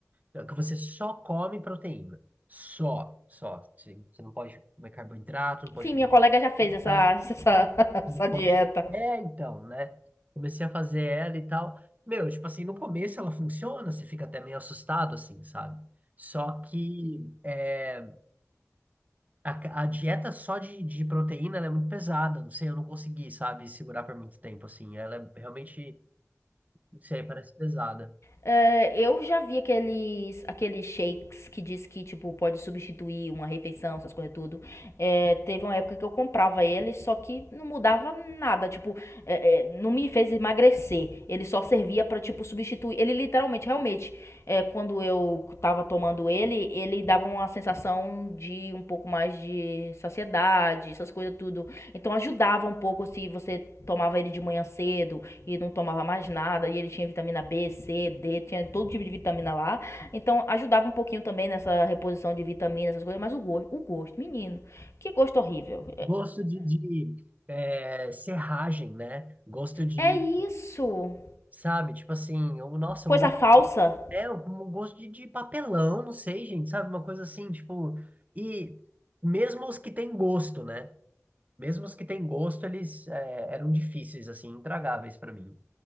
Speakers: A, on the right; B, on the left.
A: Não, que você só come proteína. Só, só. Você, você não pode comer carboidrato, não pode
B: Sim,
A: comer
B: minha colega já fez
A: fruta,
B: essa, essa, <laughs>
A: não
B: essa
A: pode.
B: dieta.
A: É, então, né? Comecei a fazer ela e tal. Meu, tipo assim, no começo ela funciona, você fica até meio assustado, assim, sabe? Só que é, a, a dieta só de, de proteína ela é muito pesada. Não sei, eu não consegui, sabe, segurar por muito tempo, assim. Ela é realmente, não sei, parece pesada.
B: É, eu já vi aqueles, aqueles shakes que diz que, tipo, pode substituir uma refeição, essas coisas tudo. É, teve uma época que eu comprava ele, só que não mudava nada, tipo, é, é, não me fez emagrecer. Ele só servia pra, tipo, substituir. Ele literalmente, realmente, é, quando eu estava tomando ele, ele dava uma sensação de um pouco mais de saciedade, essas coisas tudo. Então ajudava um pouco se você tomava ele de manhã cedo e não tomava mais nada, e ele tinha vitamina B, C, D, tinha todo tipo de vitamina lá. Então ajudava um pouquinho também nessa reposição de vitamina, essas coisas, mas o gosto, o gosto, menino, que gosto horrível.
A: Gosto de, de é, serragem, né? Gosto de
B: É isso.
A: Sabe? Tipo assim, ou, nossa,
B: Coisa
A: um
B: falsa
A: hotel com um gosto de, de papelão, não sei, gente, sabe? Uma coisa assim, tipo. E mesmo os que têm gosto, né? Mesmo os que têm gosto, eles é, eram difíceis, assim, intragáveis pra mim.